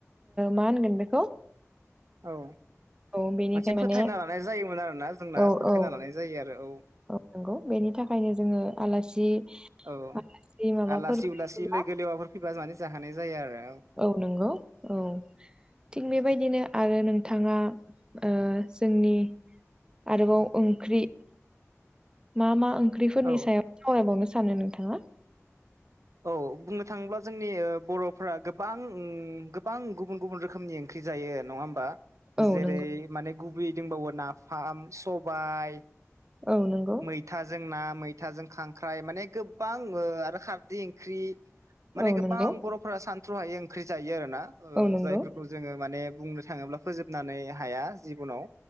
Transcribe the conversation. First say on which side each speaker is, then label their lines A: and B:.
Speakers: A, on the right (about 15°); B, on the right (about 75°).
A: मा होनगोन बेखौ
B: औ
A: औ बेनिखाय
B: मोनसे
A: माने
B: फोथायना लानाय जायोमोन आरोना जोंना
A: औ
B: फोथायना
A: औ
B: लानाय जायो आरो औ।
A: औ नांगौ बेनि थाखायनो जोङो आलासि
B: औ
A: आलासि माबाफोर
B: आलासि
A: फैयोब्ला
B: उलासि लोगो लेवाफोर फैबा माने जाहोनाय जाया आरो औ।
A: औ नंगौ औ। थिग बेबायदिनो आरो नोंथाङा जोंनि आरोबाव ओंख्रि मा मा ओंख्रिफोरनि
B: औ
A: सायाव सावरायबावनो सानो नोंथाङा।
B: औ बुंनो थाङोब्ला जोंनि बर'फ्रा गोबां गोबां गुबुन गुबुन रोखोमनि ओंख्रि जायो नङा होमबा?
A: औ
B: जेरै
A: नंगौ
B: माने गुबै दंबावो नाफाम सबाय।
A: औ नंगौ।
B: मैथाजों ना मैथाजों खांख्राइ माने गोबां आरो खारदै ओंख्रि। माने
A: औ
B: गोबां
A: नंगौ
B: बर'फोरा सानथ्रु हायै ओंख्रि जायो आरो ना
A: औ नंगौ
B: जायफोरखौ जोङो माने बुंनो थाङोब्ला फोजोबनानै हाया जिबनाव